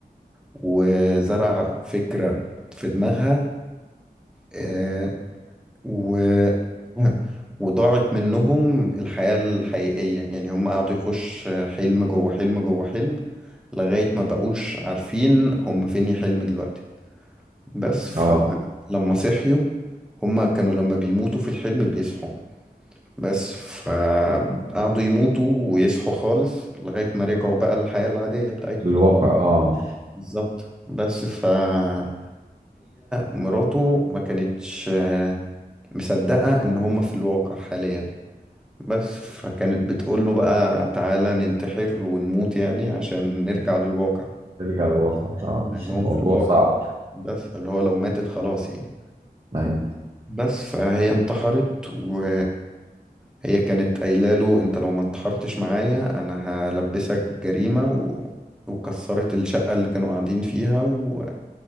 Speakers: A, in the centre; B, on the right.
A: وزرع فكرة في دماغها آه، و... <laughs> وضاعت منهم الحياة الحقيقية يعني هم قعدوا يخش حلم جوه حلم جوه حلم لغاية ما بقوش عارفين هم فين الحلم دلوقتي بس فلما
B: اه
A: صحيوا هم كانوا لما بيموتوا في الحلم بيصحوا بس فقعدوا يموتوا ويصحوا خالص لغاية ما رجعوا بقى للحياة العادية بتاعتنا
B: الواقع اه
A: بالظبط بس فهي مراته ما كانتش آه، مصدقة ان هما في الواقع حاليا بس فكانت بتقول له بقى تعالى ننتحر ونموت يعني عشان نرجع للواقع
B: ترجع للواقع اه مش-
A: انهم
B: الموضوع
A: في الواقع
B: صعب
A: بس اللي هو لو ماتت خلاص يعني
B: ايوه
A: بس فهي انتحرت و هي كانت قايله له انت لو ما انتحرتش معايا انا هلبسك جريمه و... وكسرت الشقه اللي كانوا قاعدين فيها و...